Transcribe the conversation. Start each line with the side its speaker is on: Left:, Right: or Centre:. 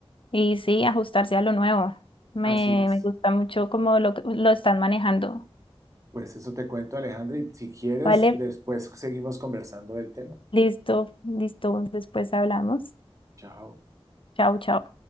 Left: Y sí, ajustarse a lo nuevo. Me,
Right: Así es.
Left: me gusta mucho cómo lo, lo están manejando.
Right: Pues eso te cuento, Alejandro, y si quieres,
Left: Vale,
Right: después seguimos conversando del tema.
Left: listo, listo. Después hablamos.
Right: Chao.
Left: Chao, chao.